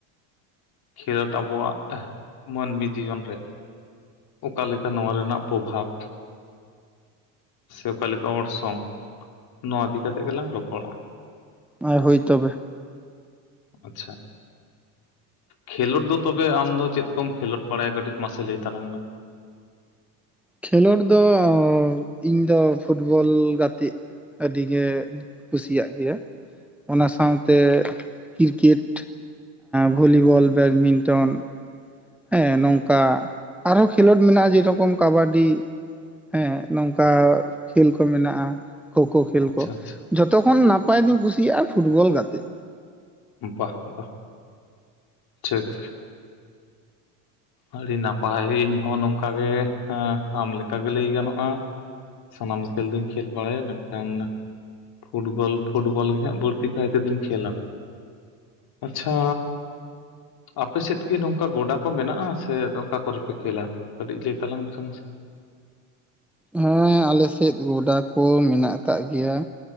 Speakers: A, on the left (about 50°); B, in the centre.
A: ᱠᱷᱮᱞᱳᱰ ᱟᱵᱚᱣᱟᱜ ᱢᱟᱹᱱᱢᱤ ᱡᱤᱭᱚᱱ ᱨᱮ ᱚᱠᱟ ᱞᱮᱠᱟ ᱱᱚᱣᱟ ᱨᱮᱱᱟᱜ ᱯᱨᱚᱵᱷᱟᱵᱽ ᱥᱮ ᱚᱠᱟᱞᱮᱠᱟ ᱚᱨᱥᱚᱝ ᱱᱚᱣᱟ ᱤᱫᱤᱠᱟ ᱠᱟᱛᱮ ᱜᱮᱞᱟᱝ ᱨᱚᱯᱚᱲᱟ
B: ᱟᱨ ᱦᱳᱭ ᱛᱚᱵᱮ
A: ᱟᱪᱪᱷᱟ ᱠᱷᱮᱞᱳᱰ ᱫᱚ ᱛᱚᱵᱮ ᱟᱢ ᱫᱚ ᱪᱮᱫ ᱠᱚᱢ ᱠᱷᱮᱞᱳᱰ ᱵᱟᱲᱟᱭᱟ ᱠᱟᱹᱴᱤᱡ ᱢᱟᱥᱮ ᱞᱟᱹᱭ ᱛᱟᱞᱟᱝ ᱢᱮ
B: ᱠᱷᱮᱞᱳᱰ ᱫᱚ ᱤᱧ ᱫᱚ ᱯᱷᱩᱴᱵᱚᱞ ᱜᱟᱛᱮᱜ ᱟᱹᱰᱤᱜᱮ ᱠᱩᱥᱤᱭᱟᱜ ᱜᱮᱭᱟ᱾ ᱚᱱᱟ ᱥᱟᱶᱛᱮ ᱠᱨᱤᱠᱮᱴ ᱵᱷᱚᱞᱤᱵᱚᱞ ᱵᱮᱰᱢᱤᱱᱴᱚᱱ ᱦᱮᱸ ᱱᱚᱝᱠᱟ ᱟᱨᱦᱚᱸ ᱠᱷᱮᱞᱳᱰ ᱢᱮᱱᱟᱜᱼᱟ ᱡᱮᱨᱚᱠᱚᱢ ᱠᱟᱵᱟᱰᱤ ᱦᱮᱸ ᱱᱚᱝᱠᱟ ᱠᱷᱮᱞ ᱠᱚ ᱢᱮᱱᱟᱜᱼᱟ᱾ ᱠᱷᱳ ᱠᱷᱳ ᱠᱷᱮᱞ
A: ᱟᱪᱪᱷᱟ
B: ᱠᱚ
A: ᱟᱪᱪᱷᱟ
B: ᱡᱷᱚᱛᱚ ᱠᱷᱚᱱ ᱱᱟᱯᱟᱭ ᱫᱩᱧ ᱠᱩᱥᱤᱭᱟᱜᱼᱟ ᱯᱷᱩᱴᱵᱚᱞ ᱜᱟᱛᱮᱜ
A: ᱵᱟ ᱵᱟ ᱴᱷᱤᱠ ᱟᱹᱰᱤ ᱱᱟᱯᱟᱭ ᱤᱧ ᱦᱚᱸ ᱱᱚᱝᱠᱟ ᱜᱮ ᱟᱢ ᱞᱮᱠᱟ ᱜᱮᱮ ᱞᱟᱹᱭ ᱜᱟᱱᱚᱜᱼᱟ᱾ ᱥᱟᱱᱟᱢ ᱠᱷᱮᱞ ᱫᱚᱧ ᱠᱷᱮᱞ ᱵᱟᱲᱟᱭᱟ ᱢᱮᱱᱠᱷᱟᱱ ᱯᱷᱩᱴᱵᱚᱞ ᱯᱷᱩᱴᱵᱚᱞ ᱜᱮ ᱦᱟᱸᱜ ᱵᱟᱹᱲᱛᱤ ᱠᱟᱭᱛᱮ ᱫᱤᱱ ᱠᱷᱮᱞᱟ᱾ ᱟᱪᱪᱷᱟ ᱟᱯᱮ ᱥᱮᱫ ᱠᱤ ᱱᱚᱝᱠᱟ ᱜᱚᱰᱟ ᱠᱚ ᱢᱮᱱᱟᱜᱼᱟ ᱥᱮ ᱚᱠᱟ ᱠᱚᱨᱮ ᱯᱮ ᱠᱷᱮᱞᱟ ᱠᱟᱹᱴᱤᱡ ᱞᱟᱹᱭ ᱛᱟᱞᱟᱝ ᱢᱮᱥᱮ ᱢᱟᱥᱮ
B: ᱦᱮᱸ ᱟᱞᱮᱥᱮᱫ ᱜᱚᱰᱟ ᱠᱚ ᱢᱮᱱᱟᱜ ᱟᱠᱟᱫ ᱜᱮᱭᱟ